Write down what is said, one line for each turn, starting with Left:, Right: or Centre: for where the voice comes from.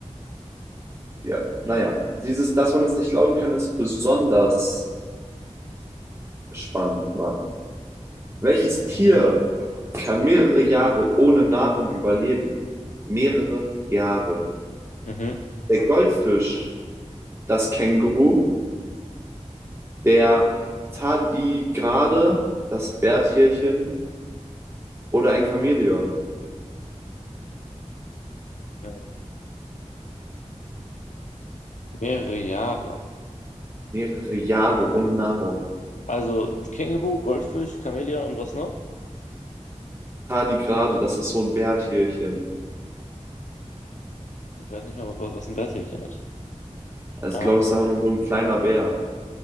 Right: ja, naja, dieses, dass man das nicht glauben kann, ist besonders spannend macht. Welches Tier
Left: mhm,
Right: kann mehrere Jahre ohne Nahrung überleben. Mehrere Jahre.
Left: mhm.
Right: Der Goldfisch, das Känguru, der Tardigrade, das Bärtierchen oder ein Chamäleon.
Left: mhm. Mehrere Jahre.
Right: Mehrere Jahre ohne Nahrung.
Left: Also Känguru, Goldfisch, Chamäleon und was noch?
Right: Tardigrade, das ist so ein Bärtierchen.
Left: Ich weiß nicht mal, was, was ein Bärtierchen ist.
Right: Also,
Left: Ähm,
Right: ich glaube, es ist aber nur so ein kleiner Bär.